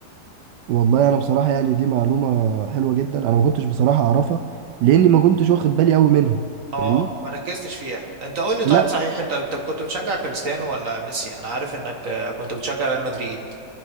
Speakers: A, on the right; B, on the right.
A: والله انا بصراحة يعني دي معلومة حلوة جدا انا ما كنتش بصراحة اعرفها لاني ما كنتش واخد بالي قوي منها
B: اه
A: فاهمني
B: ما ركزتش فيها انت قول لي طيب
A: لا
B: صحيح انت انت كنت بتشجع كريستيانو ولا ميسي انا عارف انك آه، كنت بتشجع ريال مدريد